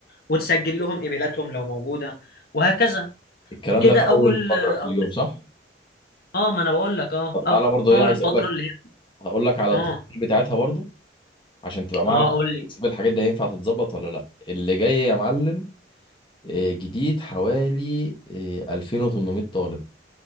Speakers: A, on the left (about 55°); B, on the left (about 25°).
A: وتسجل لهم ايميلاتهم لو موجوده وهكذا
B: الكلام
A: كده
B: ده في
A: اول
B: اول فقرة
A: آه،
B: في
A: اول
B: اليوم صح؟
A: اه ما انا بقول لك اه
B: طب تعالى برضو
A: اول
B: ايه عايز اقول
A: فتره
B: لك
A: اللي هي
B: هقول لك على
A: اه
B: التفاصيل بتاعتها برضو عشان تبقى معايا
A: اه
B: على الخط
A: قول لي.
B: تشوف الحاجات دي هينفع تتظبط ولا لا اللي جاي يا معلم آه، جديد حوالي آه، 2800 طالب